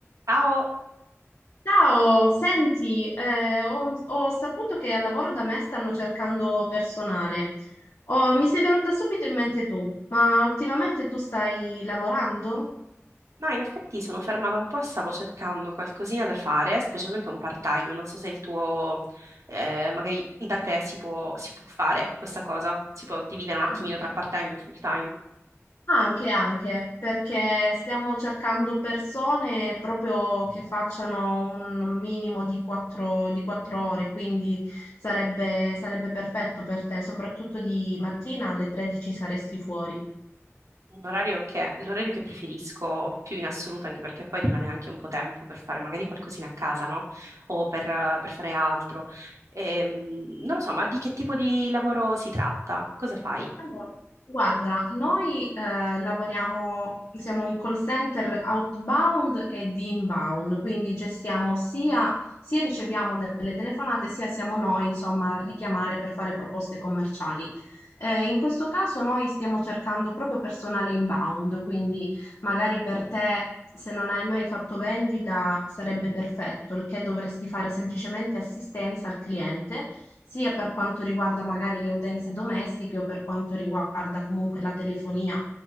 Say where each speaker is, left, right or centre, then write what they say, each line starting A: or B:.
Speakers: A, on the right; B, on the left.
A: Ciao!
B: Ciao, senti, eh, ho, ho saputo che al lavoro da me stanno cercando personale. Oh, mi sei venuta subito in mente tu, ma ultimamente tu stai lavorando?
A: No, in effetti sono fermata un po' e stavo cercando qualcosina da fare, specialmente un part-time. Non so se il tuo, eh, magari da te si può, si può fare questa cosa, si può dividere un attimino
B: Anche,
A: tra part-time e full-time.
B: anche, anche, perché stiamo cercando persone proprio che facciano un minimo di quattro, di quattro ore, quindi sarebbe, sarebbe perfetto per te, soprattutto di mattina alle 13 saresti fuori.
A: Un orario che- l'orario che preferisco più in assoluto, anche perché poi rimane anche un po' tempo per fare magari qualcosina a casa, no? O per, per fare altro. Ehm, non lo so, ma di che tipo di lavoro si tratta? Cosa fai?
B: Allora, guarda, noi eh, lavoriamo, siamo un call center outbound e di inbound, quindi gestiamo sia, sia riceviamo delle telefonate, sia siamo noi, insomma, a richiamare per fare proposte commerciali. Eh, in questo caso noi stiamo cercando proprio personale inbound, quindi magari per te, se non hai mai fatto vendita, sarebbe perfetto, il che dovresti fare semplicemente assistenza al cliente, sia per quanto riguarda magari le utenze domestiche o per quanto riguarda comunque la telefonia.